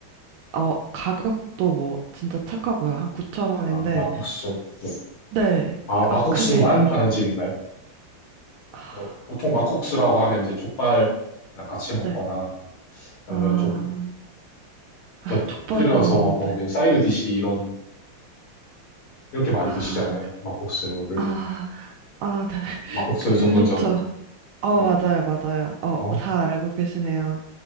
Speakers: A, on the right; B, on the left.
A: 어, 가격도 뭐, 진짜 착하고요. 한 9,000원인데,
B: 아, 막국수. 네.
A: 네.
B: 아, 막국수만
A: 어, 그게,
B: 파는 집인가요?
A: 아,
B: 어, 보통 막국수라고 하면 이제 족발이랑 같이 먹거나
A: 네.
B: 아니면
A: 아,
B: 좀
A: 아,
B: 곁들여서
A: 족발은 없는데.
B: 먹는 사이드 디시 이런 이렇게 많이
A: 아,
B: 드시잖아요. 막국수를
A: 아, 아, 네.
B: 막국수
A: 그렇죠.
B: 전문점.
A: 어,
B: 네.
A: 맞아요, 맞아요. 어,
B: 아,
A: 잘 알고 계시네요.